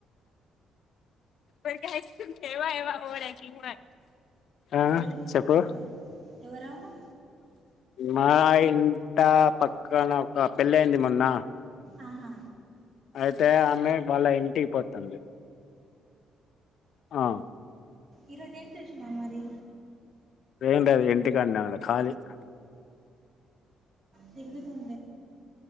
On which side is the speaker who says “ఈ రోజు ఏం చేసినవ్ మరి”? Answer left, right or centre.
Right